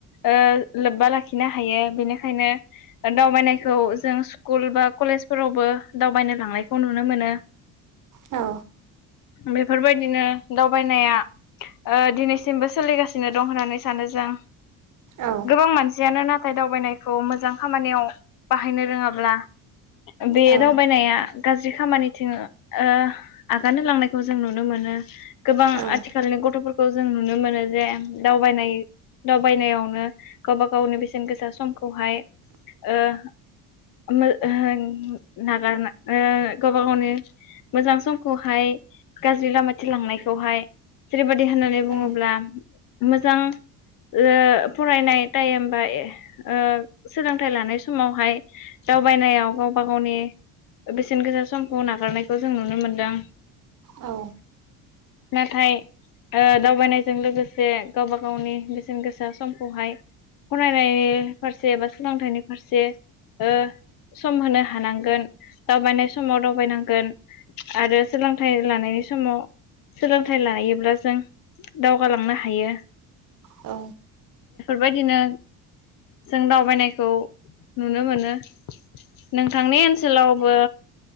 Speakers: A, on the left; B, on the right.
A: ओ लोब्बा लाखिनो हायो बेनिखायनो दावबायनायखौ जों स्कुल बा कलेजफोरावबो दावबायनो लांनायखौ नुनो मोनो
B: औ
A: बेफोरबायदिनो दावबायनाया ओ दिनैसिमबो सोलिगासिनो दं होननानै सानो जों
B: औ
A: गोबां मानसियानो ना नाथाय दावबायनायखौ मोजां खामानियाव बाहायनो रोङाब्ला बे
B: औ
A: दावबायनाया गाज्रि खामानिथिं ओ आगान होलांनायखौ जों नुनो मोनो गोबां
B: औ
A: आथिखालनि गथ'फोरखौ जों नुनो मोनो जे दावबायनाय दावबायनायावनो गावबा गावनि बेसेन गोसा समखौहाय ओ <unintelligible> नागार ओ गावबा गावनो मोजां समखौहाय गाज्रि लामाथि लांनायखौहाय जेरैबाय दि होननानै बुङोब्ला
B: औ
A: मोजां ओ फरायनाय टाइम बा ओ सोलोंथाइ लानाय समावहाय दावबायनायाव गावबा गावनि बेसेन गोसा समखौ नागारनायखौ जों नुनो मोनदों
B: औ
A: नाथाय ओ दावबायनायजों लोगोसे गावबा गावनि बेसेन गोसा समखौहाय फरायनायनि फारसे एबा सोलोंथाइनि फारसे ओ सम होनो हानां गोन दावबायनाय समाव दावबायनांगोन आरो सोलोंथाइ लानायनि समाव सोलोंथाइ लायोब्ला जों दावगालांनो हायो
B: औ
A: बायदिनो जों दावबायनायखौ नुनो मोनो नोंथांनि ओनसोलावबो